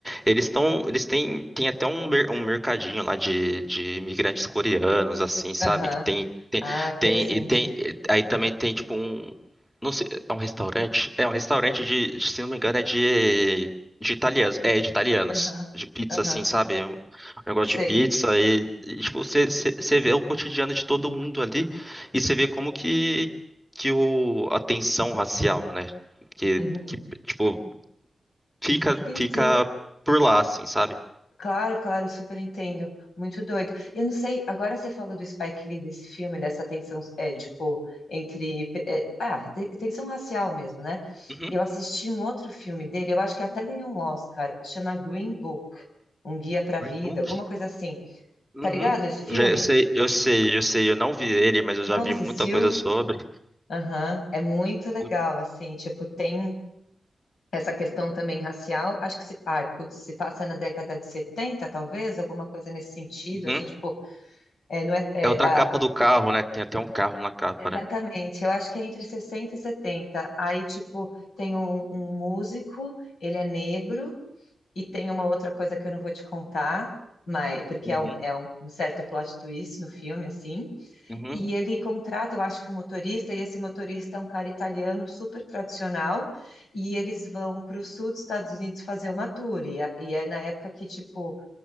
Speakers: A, in the centre; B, on the left.
A: eles estão, eles têm, tem até um, mer- um mercadinho lá de, de imigrantes coreanos, assim, sabe?
B: Aham.
A: Que tem
B: Ah, interessante.
A: tem, e tem, aí também tem tipo um, não sei, é um restaurante, é um restaurante de, de, se não me engano, é de, de italianos, é de italianos,
B: Aham,
A: de pizza
B: aham,
A: assim, sabe? É Um um negócio
B: sei.
A: de pizza e, e, tipo, você você- você vê o cotidiano de todo mundo ali e você vê como que que o a tensão racial, né? Que,
B: Uhum.
A: que tipo, fica
B: Sim,
A: fica
B: sim,
A: por lá assim, sabe?
B: claro, claro, super entendo. Muito doido. Eu não sei, agora você falou do Spike Lee, desse filme, dessa tensão, é, tipo,
A: Sim.
B: entre. é, ah, te- tensão racial mesmo, né?
A: Uhum.
B: Eu assisti um outro filme dele, eu acho que até ganhou um Oscar, chama Green Book, Um Guia para a
A: Green
B: Vida,
A: Book?
B: alguma coisa assim.
A: Uhum.
B: Tá ligado esse filme?
A: Já, eu sei, eu sei, eu sei, eu não vi ele, mas eu já
B: Não
A: vi
B: assistiu?
A: muita coisa sobre.
B: Aham, é muito legal,
A: Muito-
B: assim, tipo, tem. Essa questão também racial, acho que se, ai, putz, se passa na década de 70 talvez, alguma coisa nesse sentido,
A: Uhum.
B: assim, tipo, é, não é,
A: É outra
B: é, a-
A: capa do carro, né? Tem até um carro na capa,
B: exatamente,
A: né?
B: eu acho que é entre 60 e 70 aí, tipo, tem um, um músico, ele é negro, e tem uma outra coisa que eu não vou te contar, mas, porque
A: Uhum.
B: é um, é um um certo plot twist no filme, assim,
A: Uhum.
B: e ele contrata, eu acho que um motorista, e esse motorista é um cara italiano super tradicional, e eles vão para o sul dos Estados Unidos fazer uma tour. E, a- e é na época que, tipo,